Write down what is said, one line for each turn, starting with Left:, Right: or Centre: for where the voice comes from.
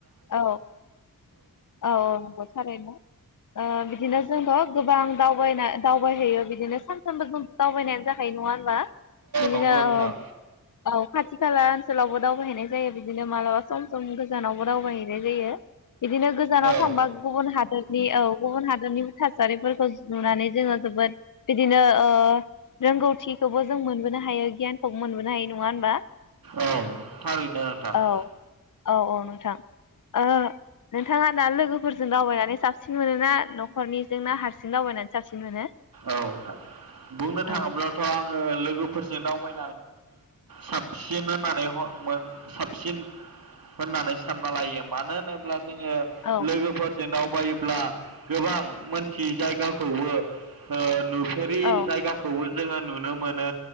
Left: औ औ औ नंगौ थारैनो बिदिनो जोंङो गोबां दावबायनाय दावबायहैयो बिदिनो सानफ्रामबो जों दावबायनायानो जाखायो नङा होनबा बिदिनो
Right: नंगौ नोंथां
Left: औ औ खाथि खाला ओनसोलावबो दावबायहैनाय जायो बिदिनो मालाबा सम सम गोजानाव बो दावबायहैनाय जायो बिदिनो गोजानाव
Right: औ
Left: थांबा गुबुन हादोर नि औ गुबुन हादरनिबो थासारिफोरखौ नुनानै जोंङो जोबोद बिदिनो ओ रोंगौथिखौबो जों मोनबोनो हायो गियान खौ मोनबोनो हायो नंङा होनबा
Right: औ थारैनो नोंथां
Left: औ
Right: <inaudible>
Left: औ औ नोंथां नोंथाङा दा लोगोफोरजों दावबायनानै साबसिन मोनोना नखरनिजों ना हारसिं दावबायनानै साबसिन मोनो
Right: औ बुंनो
Left: औ
Right: थाङोब्लाथ आंङो लोगोफोरजों दावबाय साबसिन होननानै साबसिन होननानै सानना लायो मानो होनोब्ला जोंङो
Left: औ
Right: लोगोफोरजों दाउ ब्ला गोबां मोनथि जायगाखौबो <inaudible> नुफेरि
Left: औ
Right: जायगाखौ जोंङो नुनो मोनो